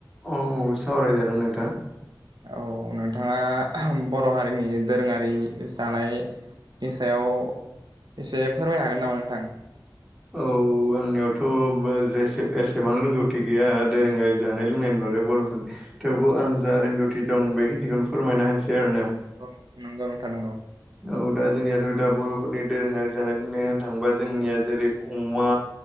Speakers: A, in the centre; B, on the right.
A: औ सावरायजागोन नोंथां ।
B: औ नोंथाङा बर' हारिनि दोरोङारि जानाय नि सायाव एसे फोरमायनो हागोन नामा नोंथां?
A: औ आंनियावथ' जेसे एसेबां रोंगौथि गैया दोरोङारि जानाय लोंनायनि बा आरो बर'फोर थेवबो आं जा रोंगौथि दं बे खिथिखौनो फोरमायना होनसै आरो ना ।
B: औ नोंगौ नोंथां नोंगौ ।
A: औ दा जोंनियाथ' दा बर'फोरनि दोरोङारि जानाय लोंनाय होननो थाङोबा जोंनिया जेरै अमा